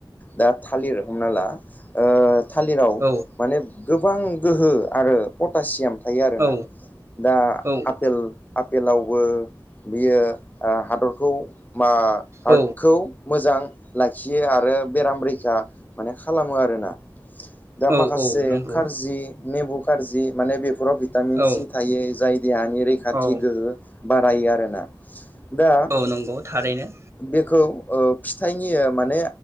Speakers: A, on the left; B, on the right.
A: दा थालिर हमना ला ओ थालिराव
B: औ
A: माने गोबां गोहो आरो पटासियाम थायो आरोना
B: औ
A: दा
B: औ
A: आफेल आफ फेलावबो बियो हादरखौ मा आर्टखौ
B: औ
A: मोजां लाखियो आरो बेराम रैखा माने खालामो आरोना दा
B: औ
A: माखासे
B: नंगौ
A: खारजि नेबु खारजि माने बे फोराव भिटामिन
B: औ
A: सि थायो जाय देहानि रैखाथि
B: औ
A: गोहो बारायो आरोना दा
B: औ नंगौ थारैनो
A: बेखौ ओ फिथाइनि ओ माने